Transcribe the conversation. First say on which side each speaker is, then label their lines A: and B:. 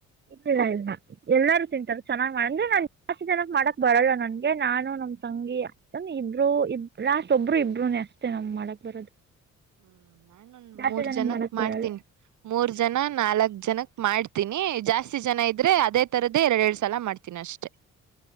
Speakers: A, on the right; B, on the right.
A: ಇಿಲ್ಲಾ ಇಲ್ಲ. ಎಲ್ಲಾರೂ ತಿಂತಾರ ಚೆನ್ನ್ ಮಾಡಂದ್ರೆ ನಾನ್ ಜಾಸ್ತಿ ಜನಕ್ ಮಾಡಕ್ ಬರಲ್ಲ ನನ್ಗೆ ನಾನು ನಮ್ ತಂಗಿ. ನ ಇಬ್ರು ಇಬ್ ಲಾಸ್ಟ್ ಒಬ್ಬರು ಇಬ್ಬ್ರೂ ಅಷ್ಟೇ ನಮ್ ಮಾಡಕ್ ಬರೋದು.
B: ಹ್ಮ್ ನಾನು
A: ಜಾಸ್ತಿ
B: ಮೂರ್
A: ಜನಕ್ಕೆ
B: ಜನಕ್
A: ಮಾಡಕ್ಕೆ
B: ಮಾಡ್ತೀನಿ.
A: ಬರೋಲ್ಲ
B: ಮೂರ್ ಜನ ನಾಲ್ಕ್ ಜನಕ್ ಮಾಡ್ತೀನಿ ಜಾಸ್ತಿ ಜನ ಇದ್ರೆ ಅದೇ ತರದ್ದೇ ಎರಡ್ ಎರಡು ಸಲ ಮಾಡ್ತೀನಿ ಅಷ್ಟೆ.